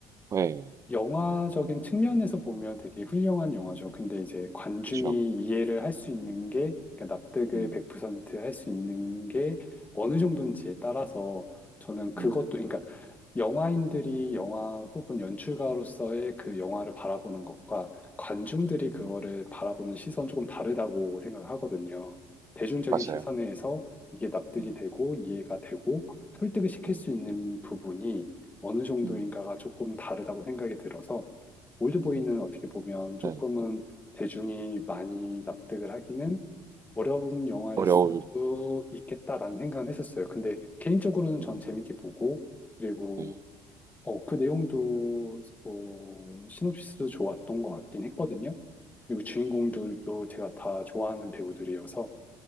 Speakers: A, on the right (about 35°); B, on the left (about 20°).
A: 네,
B: 영화적인 측면에서 보면 되게 훌륭한 영화죠. 근데 이제 관중이
A: 그렇죠.
B: 이해를 할 수 있는
A: 음,
B: 게, 그러니까 납득을
A: 음,
B: 100%할 수 있는 게 어느 정도인지에
A: 음,
B: 따라서 저는 그것도,
A: 음,
B: 그러니까 영화인들이 영화 혹은 연출가로서의 그 영화를 바라보는 것과 관중들이
A: 음,
B: 그거를 바라보는 시선 조금 다르다고 생각을 하거든요. 대중적인
A: 맞아요.
B: 시선에서 이게 납득이
A: 음,
B: 되고 이해가 되고 설득을 시킬
A: 음,
B: 수 있는 부분이 어느 정도인가가
A: 음,
B: 조금 다르다고 생각이 들어서 올드보이는
A: 음,
B: 어떻게 보면 조금은
A: 네,
B: 대중이 많이 납득을 하기는
A: 음,
B: 어려운 영화일
A: 어려울,
B: 수도 있겠다라는 생각은 했었어요. 근데 개인적으로는
A: 음,
B: 전 재밌게 보고 그리고
A: 네,
B: 어, 그 내용도 어, 시놉시스도 좋았던 것 같긴 했거든요. 그리고 주인공들도
A: 네,
B: 제가 다 좋아하는 배우들이어서